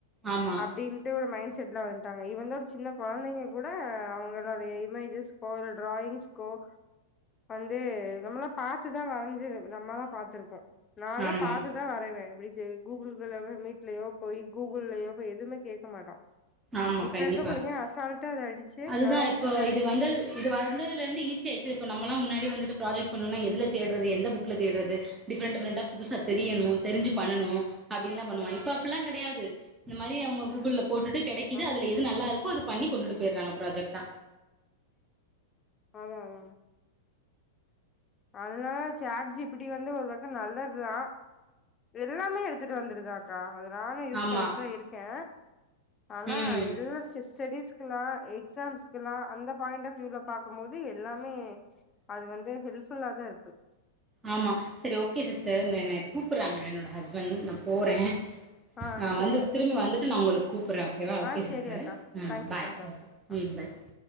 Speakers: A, on the right; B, on the left.
A: ஆமா
B: அப்டின்ட்டு ஒரு மைண்ட் செட்ல வன்ட்டாங்க இவுங்க சின்ன கொழந்தைங்க கூட அவுங்களுடைய இமேஜஸ் இப்போ ஒரு டிராயிங்ஸ்கோ வந்து நம்மல்லா பாத்து தா வரஞ்சிரு நம்மலா பாத்திருப்போ நா லா
A: ஆமா
B: பாத்து தா வரைவே இப்டி செய் கூகுள் <unintelligible> மீட்லயோ போய் கூகுள்லயோ போய் எதுமே கேக்கமாட்டோ
A: ஆமா
B: இப்பருக்க
A: கண்டிப்பா
B: புள்ளைங்க அசால்ட்டா அத அடிச்சு
A: அதுதா
B: நா எடுத்து
A: இப்போ
B: தரே
A: இது
B: சொல்லி
A: வந்தது இது வந்ததுலந்து ஈசியாச்சில இப்ப நம்மலா முன்னாடி வந்துட்டு் ப்ராஜக்ட் பண்ணனுன்னா எதுல தேட்றது எந்த புக்ல தேட்றது டிஃப்ரெண்ட் டிஃப்ரெண்டா புதுசா தெரியனு தெரிஞ்சு பண்ணணு அப்டின் தா பண்ணுவோ
B: ஆ
A: இப்ப அப்பில்லா கெடயாது இந்த மாரி அவுங்க கூகுள்ல போட்டுட்டு கெடைக்கிது
B: ஆ
A: அதுல எ து நல்லாருக்கோ அதுப் பண்ணி கொண்டுட்டு போய்றாங்க ப்ராஜக்டா
B: அதா அதா அதுனால சாட் ஜி பி டி வந்து ஒரு பக்கோ நல்லதுதா எல்லாமே எடுத்துட்டு வந்துருதா கா அது நானு யூஸ்
A: ஆமா
B: பண்ணிட்டு தா இருக்கே ஆனா
A: ம்
B: எல்லா ஸ் ஸ்டெடிஸ்க்லா எக்ஸாம்ஸ்க்லா அந்த பாயிண்ட்டாஃப் வியூல பாக்கும் போது எல்லாமே அது வந்து ஹெல்ப்ஃபுல்லா தாருக்கு
A: ஆமா செரி ஓகே சிஸ்டர் இந்த என்ன கூப்புறாங்க என்னோட ஹஸ்பண்ட் நா போறே
B: ஆ
A: நா
B: செரி
A: வந்துட்
B: அக்கா
A: திரும்பி வந்துட்டு நா ஒங்களுக் கூப்புறே ஓகேவா ஓகே
B: ஆ செரி
A: சிஸ்டர்
B: அக்கா
A: ம்
B: தேங்க்யூக்கா
A: பாய்
B: பாய்க்கா
A: ம்
B: ஆ
A: ம் பாய்